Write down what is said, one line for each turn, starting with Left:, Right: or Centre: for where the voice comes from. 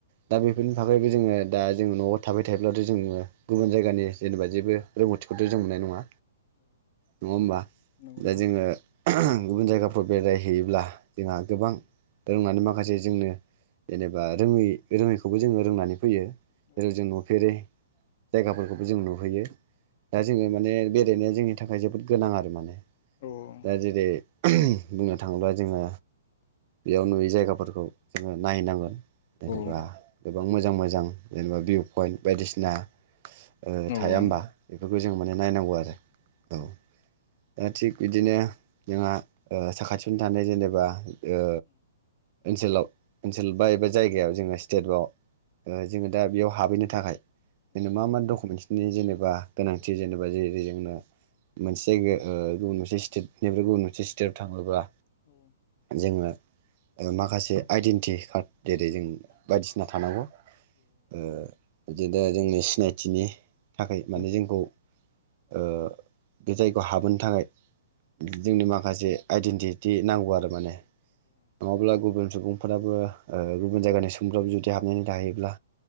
Right: दा बेफोरनि थाखायबो जोङो दा जोङो न'आव थाबाय थायोब्लाथ' जोङो गुबुन जायगानि जेनेबा जेबो रोंगौथिखौथ' जों मोननाय नङा नङा होमबा
Left: नंगौ औ नंगौ औ नंगौ
Right: दा जोङो गुबुन जायगाफ्राव बेरायहैयोब्ला जोंहा गोबां रोंनानै माखासे जोंनो जेनेबा रोङै रोङैखौबो जोङो रोंनानै फैयो
Left: औ
Right: जेरै जों नुफेरै जायगाफोरखौबो जों नुहैयो दा जोङो माने बे गेलेनाया जोंनि थाखाय जोबोद गोनां आरो माने
Left: औ नंगौ औ औ
Right: दा जेरै बुंनो थाङोब्ला जोङो बेयाव नुयै जायगाफोरखौ जोङो नायहैनांगोन जेनेबा
Left: औ
Right: गोबां मोजां मोजां जेनेबा भिउ पइन्ट बायदिसिना ओ
Left: औ
Right: थाया
Left: औ
Right: होमबा बेफोरखौ जों माने नायनांगौ आरो औ दा थिग बिदिनो जोंहा ओ साखाथियावनो थानाय जेनेबा ओ ओनसोलाव ओनसोल बा एबा जायगायाव जोङो स्टेट बाव जोङो दा बेयाव हाबहैनो थाखाय मा मा डकुमेनस नि जेनेबा गोनांथि जेनेबा जेरै जोंनो मोनसे जायगायाव गुबुन मोनसे स्टेटनिफ्राय गुबुन मोनसे स्टेटआव थाङोब्ला
Left: औ
Right: जोङो माखासे आइडेन्टिटि कार्ड गोै जों बायदिसिना थानांगौ ओ बिदिनो जोंनि सिनायथिनि थाखाय माने जोंखौ
Left: औ
Right: ओ बे जायगायाव हाबोनो थाखाय जोंनि माखासे आइडेन्टिटि नांगौ आरो माने नङाब्ला गुबुन सुबुं फोराबो ओ गुबुन जायगानि सुबुंफ्राबो जुदि हाबनानै थायोब्ला